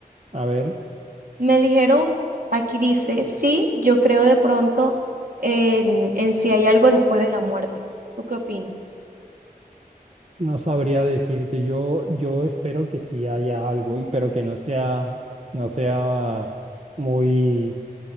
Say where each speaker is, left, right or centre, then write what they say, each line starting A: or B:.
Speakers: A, on the right; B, on the right.
A: a ver.
B: Me dijeron, aquí dice, sí, yo creo de pronto en, en si hay algo después de la muerte. ¿Tú qué opinas?
A: No sabría decirte, yo, yo espero que sí haya algo, y, pero que no sea, no sea muy,